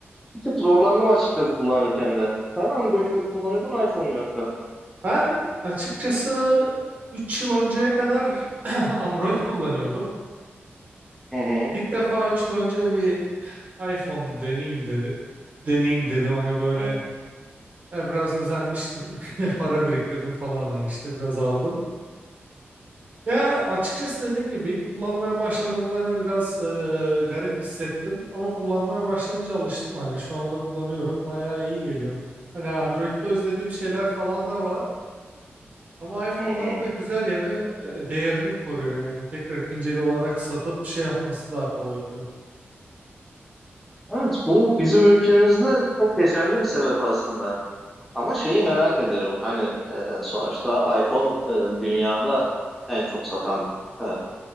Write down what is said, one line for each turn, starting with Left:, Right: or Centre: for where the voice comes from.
Centre: Bir tık zorlandım açıkçası kullanırken de. Sen Android mi kullanıyordun iPhone mu yoksa?
Right: Ben açıkçası 3 yıl önceye kadar <clears throat> Android kullanıyordum.
Centre: Hı hı.
Right: İlk defa 3 yıl önce bir iPhone deneyeyim dedi. Deneyeyim dedim hani böyle
Centre: Hı
Right: e, biraz özenmiştim. <laughs> Para biriktirdim falan hani işte biraz aldım. Ya açıkçası dediğim gibi ilk kullanmaya başladığımda hani biraz e, garip hissettim ama kullanmaya başlayınca alıştım hani şu anda kullanıyorum bayağı iyi geliyor. Hani Android'de özlediğim şeyler falan da var ama iPhone'ların
Centre: hı. hı.
Right: da güzel yanı e, değerini koruyor yani tekrar ikinci el olarak satıp şey yapması daha kolay oluyor.
Centre: Evet bu bizim ülkemizde çok geçerli bir sebep aslında. Ama şeyi merak ediyorum. Hani e, sonuçta iPhone e, dünyada en çok satan e,